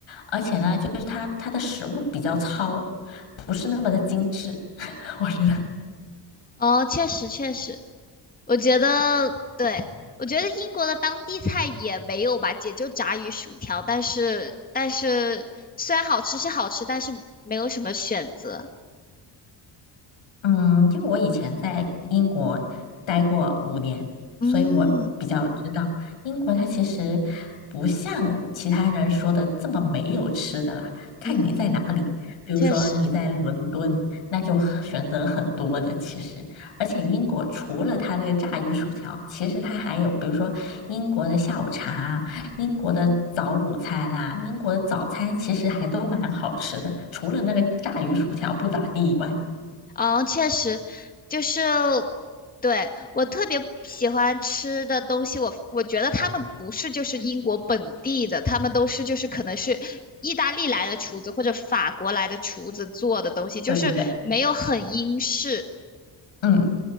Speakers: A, on the left; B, on the left.
A: 而且呢，就是它它的食物比较糙，不是那么的精致，<laughs> 我觉得。
B: 哦，确实确实，我觉得对，我觉得英国的当地菜也没有吧，也就炸鱼薯条，但是但是虽然好吃是好吃，但是没有什么选择。
A: 嗯，因为我以前在英国待过五年，
B: 嗯
A: 所以我比较知道英国它其实不像其他人说的这么没有吃的啦，看你在哪里。
B: 嗯，
A: 比如说你在伦敦，
B: 确实。
A: 那就很选择很多的其实，而且英国除了它那个炸鱼薯条，其实它还有比如说英国的下午茶啊，英国的早午餐啊，英国的早餐其实还都蛮好吃的，除了那个炸鱼薯条不咋地以外。
B: 嗯，确实，就是对我特别喜欢吃的东西，我我觉得他们不是就是英国本地的，他们都是就是可能是意大利来的厨子或者法国来的厨子做的东西，就是没有很英式。
A: 对对对。嗯，